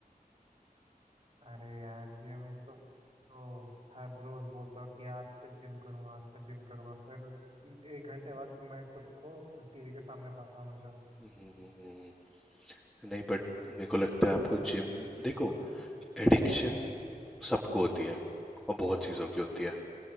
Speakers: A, on the right (about 40°); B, in the centre.
A: अरे यार जिम तो, तो हर रोज बोलता हूँ कि आज से जिम करूंगा आज से जिम करूंगा फिर एक घंटे बाद मैं खुद को टीवी के सामने पाता हूँ हमेशा
B: हम्म, नहीं बट मेरे को लगता है आपको
A: भैया
B: जिम देखो एडिक्शन सबको होती है और बहुत चीज़ों की होती है